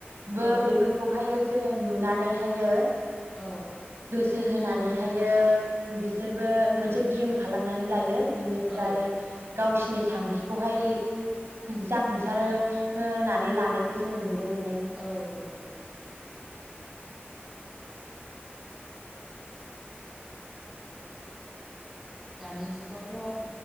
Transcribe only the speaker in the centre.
औ
औ
औ
औ औ औ दानि जुगावथ'